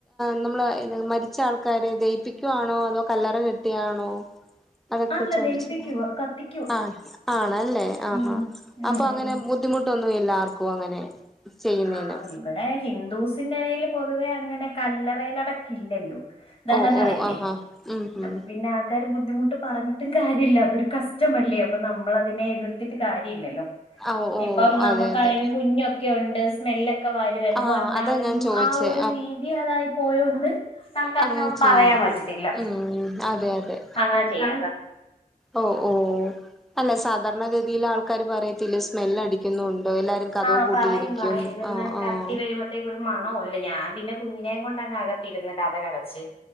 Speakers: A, in the centre; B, on the left.
A: നമ്മള് മരിച്ച ആൾക്കാരെ ദഹപ്പിക്കു ആണോ അതോ കല്ലറ കെട്ടിയാണോ അതൊക്കെ
B: അല്ല
A: ചോദിച്ചത
B: ദഹിപ്പിക്കുവോ കത്തിക്കുവോ
A: ആ ആണല്ലേ ആ
B: ഉം ഉം
A: അപ്പൊ അങ്ങനെ
B: ഉം
A: ബുദ്ധിമുട്ടൊന്നും ഇല്ല ആർക്കും അങ്ങനെ ചെയ്യുന്നതിന്
B: ആ ഇവിടെ ഹിന്ദൂസിന്റെ ഇടയില് പൊതുവേ അങ്ങനെ കല്ലറേലടക്ക് ഇല്ലല്ലോ ദഹന
A: ഓ ഓ
B: അല്ലേ
A: ആഹാ ഉം ഉം
B: അപ്പൊ പിന്നെ ആൾക്കാർ ബുദ്ധിമുട്ട് പറഞ്ഞിട്ടും കാര്യല്ല അതൊരു കസ്റ്റമല്ലേ അപ്പൊ നമ്മളതിനെ എതിർത്തിട്ട് കാര്യല്ലല്ലോ
A: ഓ ഓ
B: ഇപ്പം നമുക്കാണേിലും
A: അതെ അതെ
B: കുഞ്ഞൊക്കെ ഉണ്ട് സ്മെല്ലൊക്കെ വരുംന്ന്
A: ആ
B: പറഞ്ഞാലും
A: അതാ ഞാൻ ചോദിച്ചേ
B: ആ ഒരു രീതി അതായി പോയോണ്ട് നമുക്ക് അതിനൊന്നും
A: അങ്ങനെ ചെയ്യും
B: പറയാൻ പറ്റത്തില്ല
A: ഉം അതെ അതെ
B: അങ്ങനെ ചെയ്യ
A: ഓ ഓ അല്ല സാധ സാധാരണ ഗഗതിയില് ആൾക്കാര് പറയത്തില്ലെ സ്മെല്ല് അടിക്കുന്നുണ്ട് എല്ലാരും കതക്‌
B: ആഹ്
A: പൂട്ടിയിരിക്കും
B: പറയും പറയും ഇതൊന്ന്
A: ആഹ് ആഹ്
B: കത്തി വരുമ്പഴത്തേക്ക് ഒരു മണോണ്ട് ഞാൻ പിന്നെ കുഞ്ഞിനെയും കൊണ്ടങ്ങ് അകത്ത് രുന്ന് കഥ കടച്ച്